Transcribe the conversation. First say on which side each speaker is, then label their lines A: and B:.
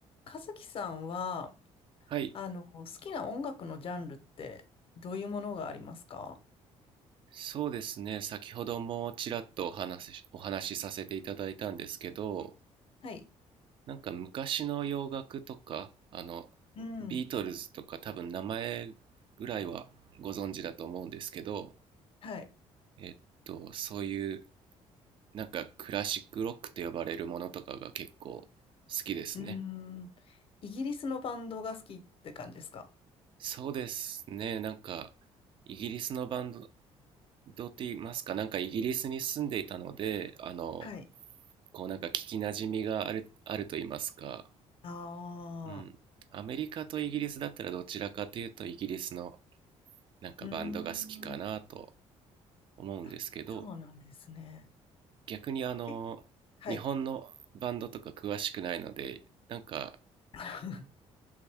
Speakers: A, on the left (about 50°); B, on the right (about 45°).
A: 和樹さんは、
B: はい、
A: あの、好きな音楽のジャンルってどういうものがありますか
B: そうですね。先ほどもちらっとお話し、お話しさせていただいたんですけど、
A: はい。
B: なんか昔の洋楽とか、あの、
A: うん。
B: ビートルズとか多分名前ぐらいはご存知だと思うんですけど、
A: はい。
B: えっと、そういうなんかクラシックロックと呼ばれるものとかが結構好きですね。
A: うん。イギリスのバンドが好きって感じですか
B: そうですね。なんかイギリスのバンドって言いますか、なんかイギリスに住んでいたので、あの、
A: はい。
B: こうなんか聞きなじみがある、あると言いますか、
A: ああ、
B: うん。アメリカとイギリスだったらどちらかというとイギリスのなんかバンドが好きかなと
A: うーん。
B: 思うんですけど、
A: あ、そうなんですね。
B: 逆にあの、
A: え、はい。
B: 日本のバンドとか詳しくないので、なんか
A: <laughs>